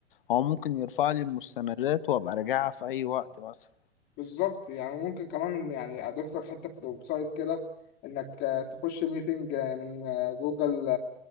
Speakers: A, on the left; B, on the left.
A: هو ممكن يرفع لي المستندات وابقى راجعها في اي وقت مثلا
B: بالظبط يعني ممكن كمان يعني اضيف لك حته في الويب سايت كده انك آه، تخش ميتنج آه، من آه، جوجل